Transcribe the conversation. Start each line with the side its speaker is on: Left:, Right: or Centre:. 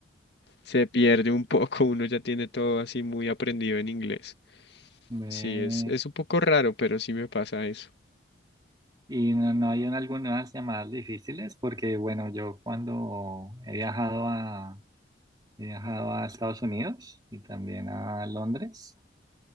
Left: se pierde un <laughs> poco, uno ya tiene todo así muy aprendido en inglés.
Right: Ve.
Left: Sí, es, es un poco raro, pero sí me pasa eso.
Right: Y no, no hay un- algunas llamadas difíciles porque, bueno, yo cuando he viajado a, he viajado a Estados Unidos y también a Londres,